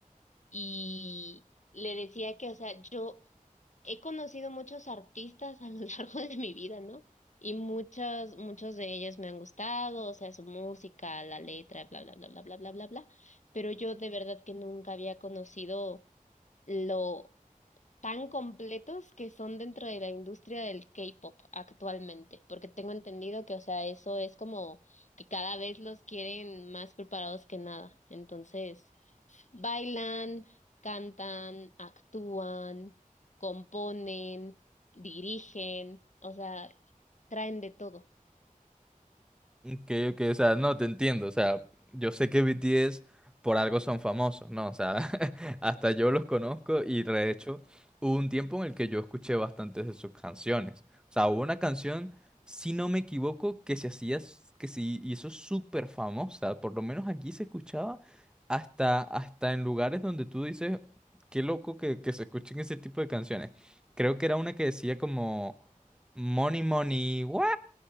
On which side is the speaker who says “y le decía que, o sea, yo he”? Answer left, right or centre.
Left